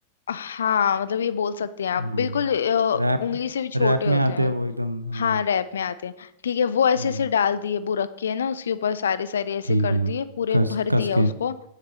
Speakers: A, on the left; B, on the right.
A: हाँ मतलब ये बोल सकते हैं आप
B: हम्म
A: बिल्कुल अ,
B: रैप
A: उंगली से भी छोटे
B: रैप में
A: होते
B: आते
A: हैं
B: हैं वो एकदम हाँ
A: हाँ रैप में आते हैं ठीक है वो ऐसे
B: हम्म
A: ऐसे डाल दिए वो रखे है ना उसके ऊपर सारे सारे ऐसे
B: ठीक
A: कर
B: है
A: दिए पूरे
B: कस
A: भर दिया
B: कस के
A: उसको